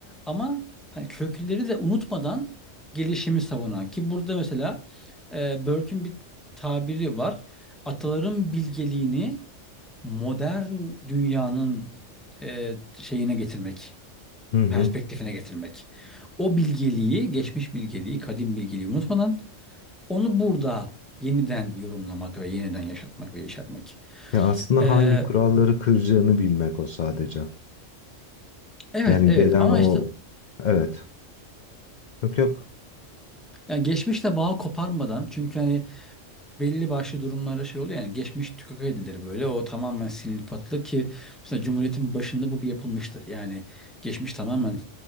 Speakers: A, in the centre; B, on the left.
A: ama hani kökleri de unutmadan gelişimi savunan. Ki burada mesela e, Burke'ün bir tabiri var. Ataların bilgeliğini modern dünyanın e, şeyine getirmek
B: Hı hı.
A: perspektifine getirmek. O bilgeliği, geçmiş bilgeliği, kadim bilgeliği unutmadan onu burada yeniden yorumlamak ve yeniden yaşatmak ve yaşatmak.
B: Ya aslında
A: Ee,
B: hangi kuralları kıracağını bilmek o sadece.
A: evet
B: Yani
A: evet
B: gelen
A: ama
B: o
A: işte
B: evet. Yok yok.
A: yani geçmişle bağ koparmadan çünkü hani belli başlı durumlarda şey oluyor yani geçmiş tükak edilir böyle o tamamen silinip atılır ki mesela Cumhuriyet'in başında bu bir yapılmıştır. Yani geçmiş tamamen